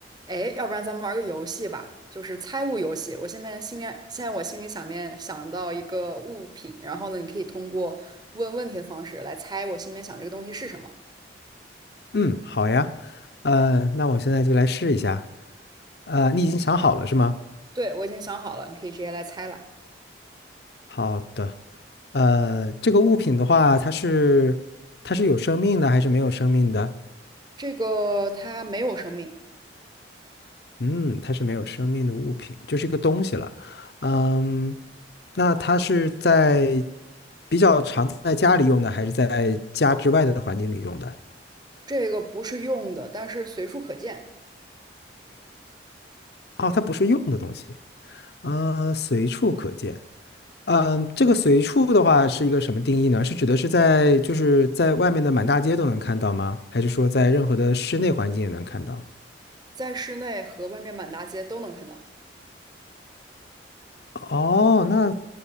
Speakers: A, on the right; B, on the left.
A: 哎，要不然咱们玩个游戏吧，就是猜物游戏。我现在心里，现在我心里想面想到一个物品，然后呢，你可以通过问问题的方式来猜我心里面想这个东西是什么。
B: 嗯，好呀，呃，那我现在就来试一下。呃，你已经想好了是吗？
A: 对，我已经想好了，你可以直接来猜了。
B: 好的。呃，这个物品的话，它是它是有生命的还是没有生命的？
A: 这个它没有生命，
B: 嗯，它是没有生命的物品，就是一个东西了。嗯，那它是在比较常在家里用的，还是在家之外的环境里用的？
A: 这个不是用的，但是随处可见，
B: 哦，它不是用的东西，呃，随处可见。嗯，这个随处的话是一个什么定义呢？是指的是在就是在外面的满大街都能看到吗？还是说在任何的室内环境也能看到？
A: 在室内和外面满大街都能看到，
B: 哦，那